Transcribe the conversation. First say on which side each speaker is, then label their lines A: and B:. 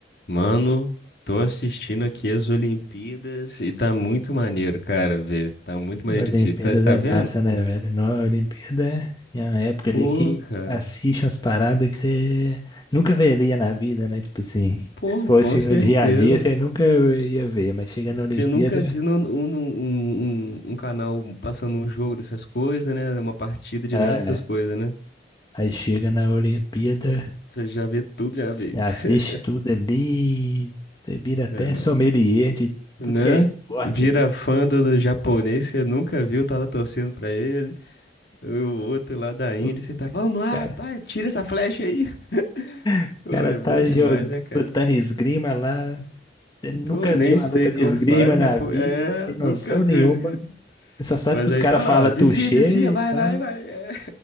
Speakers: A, on the left (about 60°); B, on the left (about 25°).
A: Mano, tô assistindo aqui as Olimpíadas e tá muito maneiro, cara, ver. Tá muito
B: Olimpíadas
A: maneiro de assistir. Tá, você tá
B: é
A: vendo?
B: massa, né, velho? Não, a Olimpíada é é uma época
A: Pô,
B: ali que
A: cara.
B: assiste umas paradas que você nunca veria na vida, né? Tipo assim,
A: Pô,
B: se fosse
A: com certeza.
B: no dia a dia, você nunca ia ver, mas chega na Olimpíada,
A: Você nunca viu num- um, um, um, um canal passando um jogo dessas coisas, né? Uma partida de
B: é,
A: nada dessas
B: né?
A: coisas, né?
B: aí chega na Olimpíada,
A: Você já vê tudo de uma vez.
B: você assiste
A: <laughs>
B: tudo ali, você vira até
A: É,
B: sommelier de
A: Né?
B: tudo que é esporte
A: Vira
B: ali.
A: fã do, do japonês, você nunca viu, tá lá torcendo pra ele. O outro lá da Índia,
B: O
A: você tá, vamos lá,
B: cara,
A: pai, tira essa flecha aí. <laughs>
B: o
A: Pô,
B: cara
A: é
B: tá
A: bom demais,
B: jogando,
A: né, cara?
B: lutando esgrima lá, você nunca
A: Pô, nem
B: viu uma
A: sei
B: luta
A: como
B: de esgrima
A: faz, mas,
B: na
A: pô,
B: vida,
A: é,
B: não tem noção
A: nunca vi
B: nenhuma.
A: esse grito.
B: Você só sabe
A: Mas
B: que os
A: aí
B: caras
A: tá lá,
B: falam
A: ó,
B: touché
A: desvia, desvia, vai,
B: e tal.
A: vai, vai. é.